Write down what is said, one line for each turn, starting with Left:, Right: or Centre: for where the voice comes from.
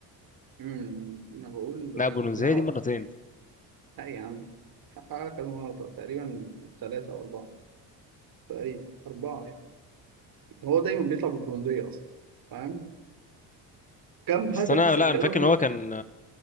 Right: امم انا بقول
Left: لا بولونزيه
Right: لا
Left: دي مرتين
Right: لا يا عم حققها كذا مره تقريبا ثلاثه او اربعه تقريبا أربعة يعني. هو دايما بيطلع بالبرونزية أصلا فاهم كم
Left: بس
Right: هدف
Left: انا
Right: سجله
Left: لا انا فاكر ان هو كان